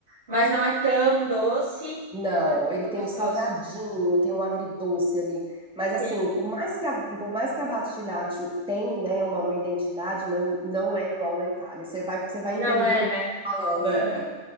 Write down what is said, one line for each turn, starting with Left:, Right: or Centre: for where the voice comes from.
Right: mas não é tão doce.
Centre: Não,
Right: É bom,
Centre: ele
Right: é
Centre: tem
Right: gostoso.
Centre: um salgadinho, tem um agridoce ali. Mas assim,
Right: Sim.
Centre: por mais que a, por mais que a Bate de tem, né, uma, uma identidade, mas não é igual na Itália. Você vai, você vai
Right: Não
Centre: entender
Right: é,
Centre: o
Right: né?
Centre: que eu tô falando. É.
Right: Não.